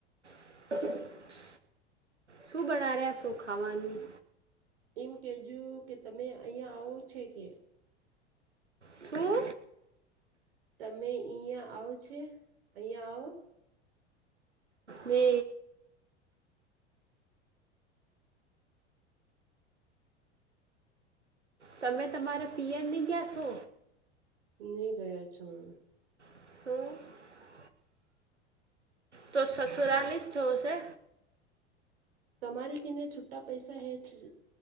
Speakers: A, on the right; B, on the right.
A: <inaudible> શું બણારિયાં રહ્યા શો ખાવાનું?
B: એમ કેજું કે તમે અહિયાંયા આવો છે કે.
A: શું
B: તમે અહયાં આવો છે, અહંયા આવ.
A: ને તમે તમારે પિયરની ગ્યા છો.
B: નુ ગયા છો હું.
A: <inaudible> તો સસુરાલીસ થવુંશે.
B: તમારી કેને છુટા પૈસા હે છ છ